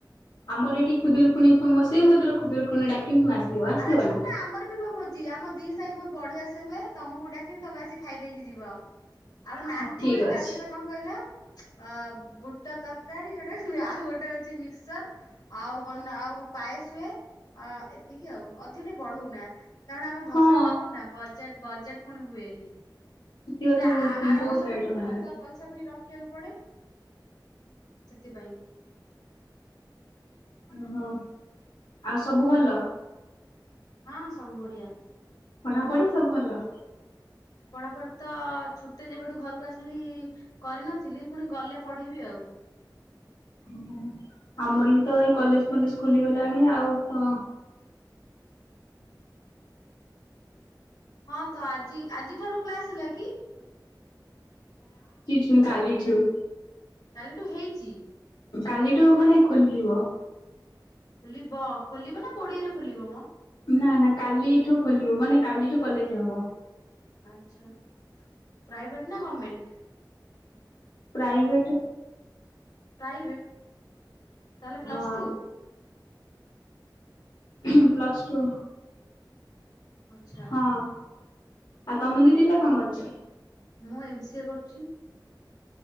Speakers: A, on the left; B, on the left.
A: ଆମର ଏଠି ଖୁଦୁରୁକୁଣୀ ଫେମସ ହୁଏ ମୁଁ ଏଥର ଖୁଦୁରୁକୁଣୀ ଡାକିବି ତମେ ଆସିବ। ଆସିବ
B: ଆରେ ଶୁଣନା
A: ନା?
B: ଆମର ବି ଭୋ ଭୋଜି ଆମ ଦି ସାହି ବହୁତ ବଢିଆ ସେ ହୁଏ ତମକୁ ବି ଡାକି ତମେ ଆସି ଖାଇ ଦେଇକି ଯିବ। ଆମ
A: ହଁ
B: ନାନପୁରୀ
A: ଠିକ
B: ତା
A: ଅଛି
B: ସହିତ କଣ କହିଲ ଅ ବୁଟ ତରକାରୀ ଗୋଟେ ଆଉ ଗୋଟେ ହଉଛି ମିକ୍ସଚର ଆଉ ବନ ଆଉ ପାଏସ୍ ହୁଏ । ଏତିକି ଆଉ ଅଧିକ ଟେ ବଢଉନା। କାରଣ ଆମେ
A: ହଁ
B: ଭସାଣି ଟା କରୁନା ବଜାର ବଜେଟ ପୁଣି ହୁଏନି।
A: ସେତିକ
B: ପୁଣି
A: ତ ବହୁତ
B: ଆର
A: ବହୁତ
B: ବର୍ଷ
A: ଆଇଟମ
B: ପାଇଁ
A: ହେଲାଣି।
B: ଆଗୁଆ ପଇସା ଭି ରଖୁ ଦେଖିବାକୁ ପଡେ ସେଥିପାଇଁ ।
A: ଓହୋ ଆଉ ସବୁ ଭଲ?
B: ହଁ ସବୁ ବଢିଆ।
A: ପଢାପଢି
B: ତମର
A: ସବୁ ଭଲ?
B: ପଢାପଢି ତ ଛୁଟି ଯେବେଠୁ ଘରକୁ ଆସିଲିଣି କରିନଥିଲି ପୁଣି ଗଲେ ପଢିବି ଆଉ।
A: ଓ ଆମର ବି ତ ଏଇ କଲେଜ ଫଲେଜ ଖୋଲିଗଲାଣି ଆଉ ।
B: ହଁ ତ ଆଜି ଆଜି ଠାରୁ କ୍ଲାସ ହେଲା କି?
A: ହୁଁ କାଲିଠୁ।
B: କାଲିଠୁ ହେଇଚି?
A: କାଲିଠୁ ମାନେ ଖୋଲିବ ।
B: ଖୋଲିବ ଖୋଲିବ ନା କୋଡିଏରେ ଖୋଲିବ ମ।
A: ନା ନା କାଲି ଏଇଠୁ ଖୋଲିବ ମାନେ କାଲିଠୁ କଲେଜ ହବ।
B: ଆଚ୍ଛା। ପ୍ରାଇଭେଟ ନା ଗର୍ମେଣ୍ଟ?
A: ପ୍ରାଇଭେଟ୍
B: ପ୍ରାଇଭେଟ ତାହେଲେ ପ୍ଲସ
A: ହଁ
B: ଟୁ
A: ପ୍ଲସ ଟୁ
B: ଆଚ୍ଛା।
A: ହଁ ଆଉ ତମେ ଦି ଦିନ ହେଲା କଣ କରୁଚ।
B: ମୁଁ ଏମ ସି ଏ କରୁଛି।